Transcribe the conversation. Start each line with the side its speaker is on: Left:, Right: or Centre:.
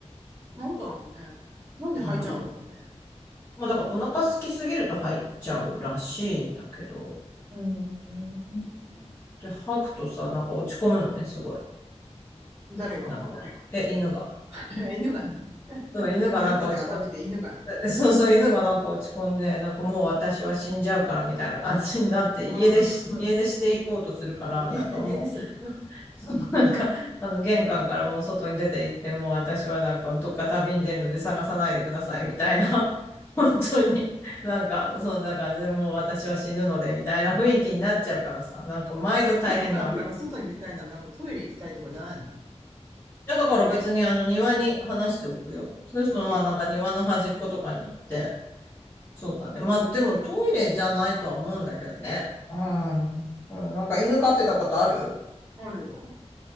Right: なんだろうね。なんで吐いちゃうんだろうね。
Left: うん。まあだからお腹空きすぎると入っちゃうらしいんだけど、
Right: うん。
Left: で、吐くとさ、なんか落ち込むのね、すごい。
Right: 誰が
Left: なんか、え、犬が。
Right: <laughs> 犬がね。
Left: そう、犬がなんか落ち込ん
Right: あなたではなくて犬がね。
Left: そうそう、犬がなんか落ち込んで、なんかもう私は死んじゃうからみたいな感じになって、
Right: あー
Left: 家出し、家出していこうとするから、
Right: <laughs> 家、
Left: なんかもう、
Right: 家です。
Left: そうなんか、あの、玄関からもう外に出て行って、もう私はなんかどっか旅に出るので探さないでくださいみたいな、<laughs> 本当に、なんか、そんな感じでもう私は死ぬのでみたいな雰囲気になっちゃうからさ、なんか毎度大変なわけ。
Right: 玄関から外に出たいのはなんかトイレ行きたいとかじゃないの
Left: いやだから別にあの庭に話しておくよ。そうするとまあなんか庭の端っことかに行って、
Right: うん。うん
Left: そうだね。まあ、でもトイレじゃないとは思うんだけどね。うん。うんなんか犬飼ってたことある
Right: あるよ。